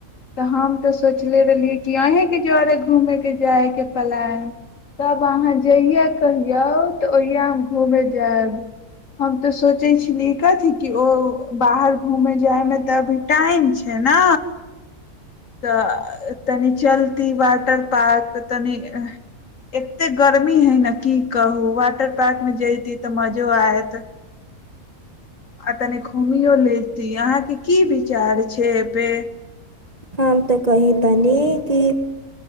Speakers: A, on the left; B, on the right.
A: तऽ हम तऽ सोचले रहलियै कि अहीँके दुआरे घूमयके जायके प्लान तब अहाँ जहिया कहियौ तऽ ओहिया हम घूमेय जायब हम तऽ सोचै छलियै कथी कि ओ बाहर घूमय जायमे तऽ अभी टाइम छै ने तऽ तनि चलती वाटर पार्क तनि एतेक गर्मी हइ ने की कहू वाटर पार्कमे जयती तऽ मजो आयत आ तनि घूमियो लेती अहाँके की विचार छै एहिपे
B: हम तऽ कही तनी कि